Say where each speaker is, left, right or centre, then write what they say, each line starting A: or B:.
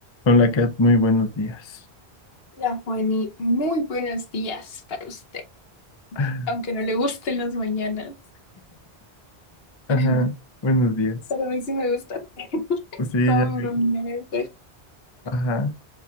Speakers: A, on the left (about 35°); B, on the left (about 65°).
A: Hola Kat, muy buenos días.
B: Hola, Juani, muy buenos días para usted,
A: <gasps>
B: aunque
A: <laughs>
B: no le gusten las mañanas.
A: Ajá,
B: <laughs>
A: buenos días.
B: Pero a mí sí me gustan. <laughs>
A: Sí,
B: Todo
A: ya vi.
B: bromear, pues.
A: Ajá,